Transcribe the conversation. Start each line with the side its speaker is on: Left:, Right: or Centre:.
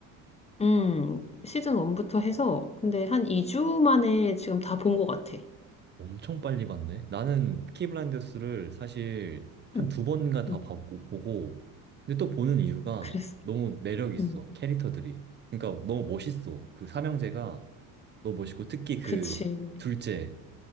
Left: 음, 시즌 1부터 해서 근데 한 2주 만에 지금 다 본 것 같아.
Right: 엄청 빨리 봤네. 나는 피키 블라인더스를 사실 한
Left: 응,
Right: 두 번인가 다
Left: 응.
Right: 봤고 보고 근데 또 보는 이유가
Left: 그랬어.
Right: 너무 매력 있어.
Left: 응.
Right: 캐릭터들이. 그러니까 너무 멋있어. 그 삼형제가 너무 멋있고 특히 그
Left: 그치.
Right: 둘째